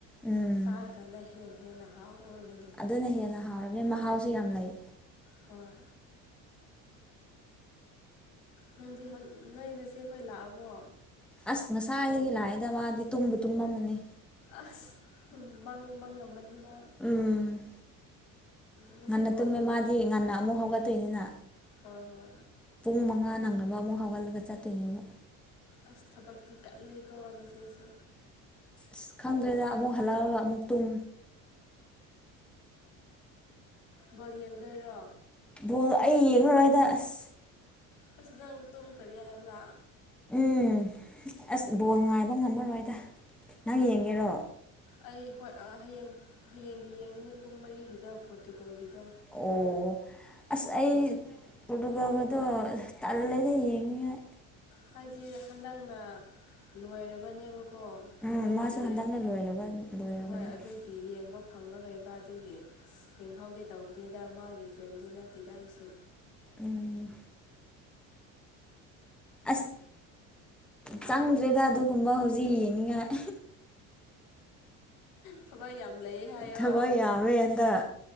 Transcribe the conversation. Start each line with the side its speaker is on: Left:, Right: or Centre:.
Centre: ꯎꯝ
Left: ꯆꯔ ꯀꯥꯟꯗ ꯍꯦ ꯍꯦꯟꯅ ꯍꯥꯥꯎ ꯑꯣꯏ
Centre: ꯑꯗꯨꯅ ꯍꯦꯟꯅ ꯍꯥꯎꯔꯕꯅꯦ ꯃꯍꯥꯎꯁꯨ ꯌꯥꯝ ꯂꯩ
Left: ꯍꯣꯏ ꯅꯪꯗꯤ ꯅꯣꯏ ꯅꯁꯦ ꯑꯩꯈꯣꯏ ꯂꯥꯛꯑꯕꯣ
Centre: ꯑꯁ ꯉꯁꯥꯏꯗꯒꯤ ꯂꯥꯛꯏꯗ ꯃꯥꯗꯤ ꯇꯨꯝꯕ ꯇꯨꯝꯃꯝꯃꯅꯤ
Left: ꯑꯁ ꯃꯪ ꯃꯪꯉꯝꯝꯕꯅꯤ ꯃꯥ
Centre: ꯎꯝ
Left: ꯉꯁꯤ
Centre: ꯉꯟꯅ
Left: ꯕꯣꯜ
Centre: ꯇꯨꯝꯃꯦ
Left: ꯌꯦꯡꯗꯣꯏ
Centre: ꯃꯥꯗꯤ ꯉꯟꯅ ꯑꯃꯨꯛ ꯍꯧꯒꯠꯇꯣꯏꯅꯤꯅ
Left: ꯍꯣꯏ ꯍꯣꯏ
Centre: ꯄꯨꯡ ꯃꯉꯥ ꯅꯪꯅꯕ ꯑꯃꯨꯛ ꯍꯧꯒꯠꯂꯒ ꯆꯠꯇꯣꯏꯅꯦꯕ
Left: ꯑꯁꯚꯛꯇꯤ ꯇꯠꯂꯤꯀꯅ ꯆꯦꯁꯨ
Centre: ꯑꯁ ꯈꯪꯗ꯭ꯔꯦꯗ ꯑꯃꯨꯛ ꯍꯜꯂꯥꯎꯑꯒ ꯑꯃꯨꯛ ꯇꯨꯝ
Left: ꯕꯣꯔ ꯌꯦꯡꯗꯣꯏꯔꯣ
Centre: ꯕꯣꯜ ꯑꯩ ꯌꯦꯡꯉꯔꯣꯏꯗ ꯑꯁ
Left: ꯑꯁ ꯅꯪ ꯇꯨꯝꯈ꯭ꯔꯒꯦ ꯍꯥꯏꯕ꯭ꯔꯥ
Centre: ꯎꯝ ꯑꯁ ꯕꯣꯜ ꯉꯥꯏꯕ ꯉꯝꯃꯔꯣꯏꯗ ꯅꯪ ꯌꯦꯡꯒꯦꯔꯣ
Left: ꯑꯩ ꯍꯣꯏ ꯍꯌꯦꯡ ꯍꯌꯦꯡꯒꯤ ꯌꯦꯡꯒꯅꯤ ꯄꯨꯡ ꯃꯔꯤꯒꯤꯗ ꯄꯣꯔꯇꯨꯒꯣꯜꯒꯤꯗ
Centre: ꯑꯣ ꯑꯁ ꯑꯩ ꯄꯨꯕꯗꯣ ꯇꯜꯂꯦꯗ ꯌꯦꯡꯉꯉꯥꯏ
Left: ꯍꯥꯏꯗꯤ ꯍꯟꯗꯛꯅ ꯂꯣꯏꯔꯕꯅꯦꯕ ꯀꯣ
Centre: ꯎꯝ
Left: ꯃꯣꯏꯒꯤꯗꯤ
Centre: ꯃꯥꯁꯨ ꯍꯟꯗꯛꯅ ꯂꯣꯏꯔꯒ ꯂꯣꯏꯔꯕꯅꯤ
Left: ꯍꯣꯏ ꯑꯗꯨꯒꯤ ꯌꯦꯡꯕ ꯐꯪꯉꯔꯣꯏꯕ ꯑꯗꯨꯒꯤ ꯌꯦꯡꯍꯧꯒꯦ ꯇꯧꯕꯗꯨꯩꯗ ꯃꯥꯒꯤ ꯐ꯭ꯔꯦꯟꯗꯤ ꯅꯠꯇꯦꯗ ꯑꯩꯁꯨ
Centre: ꯎꯝ ꯑꯁ ꯆꯪꯗ꯭ꯔꯦꯗ ꯑꯗꯨꯒꯨꯝꯕ ꯍꯧꯖꯤꯛ ꯌꯦꯡꯉꯉꯥꯏ
Left: ꯊꯋꯥꯏ ꯌꯥꯝ ꯂꯩ ꯍꯥꯏꯌꯣ
Centre: ꯊꯕꯛ ꯌꯥꯝꯃꯦ ꯍꯟꯗꯛ